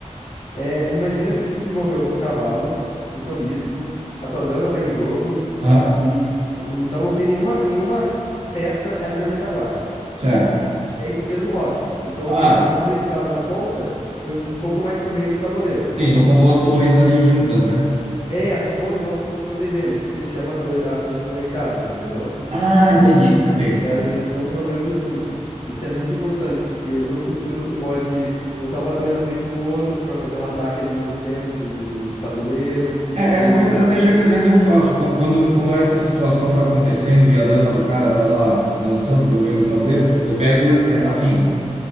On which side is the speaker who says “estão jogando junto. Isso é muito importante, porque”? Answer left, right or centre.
Left